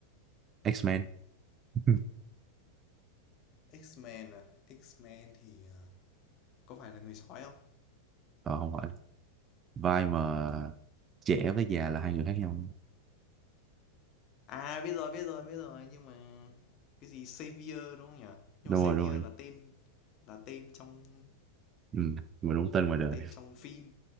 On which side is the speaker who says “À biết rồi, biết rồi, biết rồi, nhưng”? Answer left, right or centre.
Left